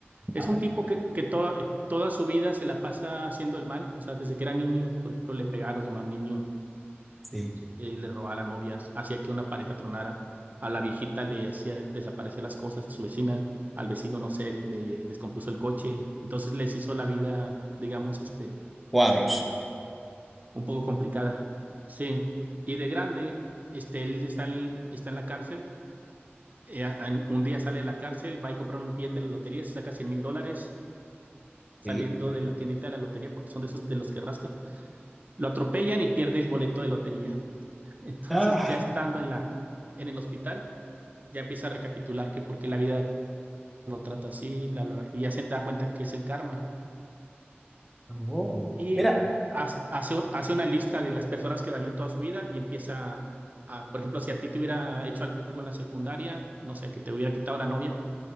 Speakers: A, on the right; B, in the centre.
A: Es
B: A ver.
A: un tipo que, que toda, toda su vida se la pasa haciendo el mal. O sea, desde que era niño, por ejemplo, le pegaba a los demás niños.
B: Sí.
A: eh, le robaba a las novias, hacía que una pareja tronara, a la viejita le hacía desaparecer las cosas, a su vecina, al vecino, no sé, le descompuso el coche, entonces les hizo la vida, digamos, este,
B: Cuadros.
A: un poco complicada. Sí, y de grande, este, él está en, está en la cárcel, eh, a- a- un día sale de la cárcel, va y compra un billete de la lotería, se saca 100 mil dólares. saliendo
B: Sí.
A: de la tiendita de la lotería, porque son de esos de los que rascan, lo atropellan y pierde el boleto de lotería. <laughs> Entonces,
B: Ah,
A: ya estando en la, en el hospital, ya empieza a recapitular que por qué la vida lo trata así, bla, bla, bla, y ya se da cuenta que es el karma.
B: oh.
A: Y
B: Mira.
A: hace, hace una lista de las personas que dañó en toda su vida y empieza a, por ejemplo, si a ti te hubiera hecho algo en la secundaria, no sé, que te hubiera quitado la novia